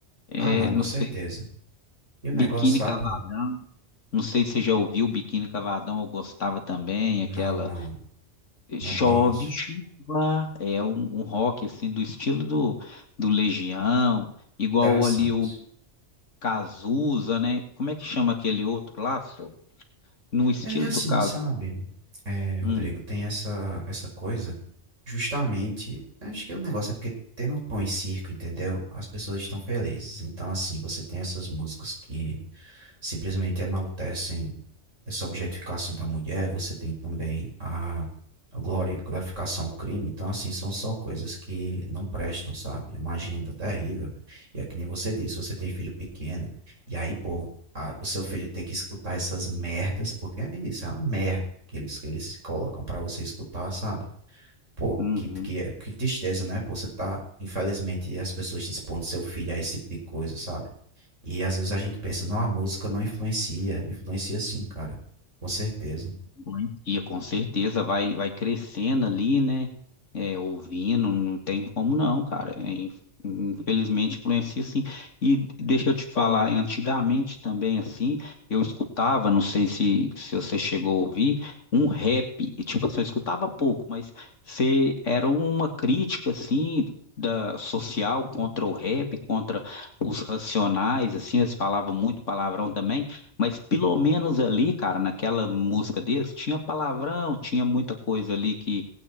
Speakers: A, on the left; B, on the right.
A: É,
B: Ah, não, com
A: não
B: certeza.
A: sei,
B: E o negócio,
A: Biquíni
B: sabe?
A: Cavadão,
B: Ro?
A: não sei se você já ouviu Biquíni Cavadão, eu gostava também,
B: Não,
A: aquela
B: não, não
A: Chove
B: conheço.
A: chuva, é um, um rock assim do estilo do, do Legião, igual
B: Interessante.
A: ali o Cazuza, né? Como é que chama aquele outro lá, só? No estilo
B: É, e assim,
A: do Cazuza.
B: sabe, é, Rodrigo,
A: Hum.
B: tem essa, essa coisa, justamente, acho que é o negócio é porque tendo um pão e circo, entendeu? As pessoas estão felizes. Então, assim, você tem essas músicas que simplesmente enaltecem essa objetificação da mulher, você tem também a a glori- glorificação ao crime. Então, assim, são só coisas que não prestam, sabe? É uma agenda terrível. E é que nem você disse, você tem filho pequeno, e aí, pô, a- o seu filho tem que escutar essas merdas, porque é isso, é uma merda que eles, que eles colocam pra você escutar, sabe? Pô,
A: Uhum,
B: que, que, que tristeza, né? Pô, Você tá, infelizmente, as pessoas expondo seu filho a esse tipo de coisa, sabe? E às vezes a gente pensa, não, a música não influencia. Influencia sim, cara. Com certeza.
A: Influencia, com certeza, vai, vai crescendo ali, né? É, ouvindo, não tem como não, cara. É, inf- infelizmente influencia sim. E deixa eu te falar, antigamente também, assim, eu escutava, não sei se, se você chegou a ouvir, um rap. E, tipo assim, eu escutava pouco, mas se era uma crítica, assim, da social contra o rap, contra os racionais, assim, eles falavam muito palavrão também. Mas pelo menos ali, cara, naquela música deles, tinha palavrão, tinha muita coisa ali que,